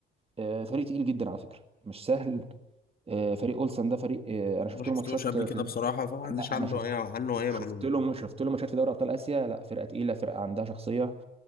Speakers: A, on the right; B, on the left.
A: آه، فريق تقيل جدا على فكره مش سهل آه، فريق اولسن ده فريق آه، انا شفت
B: ما شفتوش
A: له ماتشات
B: قبل
A: في
B: كده بصراحه فما عنديش
A: انا
B: عنده
A: أنا شفت
B: اي عنه
A: ش-
B: اي معلومه
A: شفت له شفت له ماتشات في دوري ابطال اسيا لا فرقه تقيله فرقه عندها شخصيه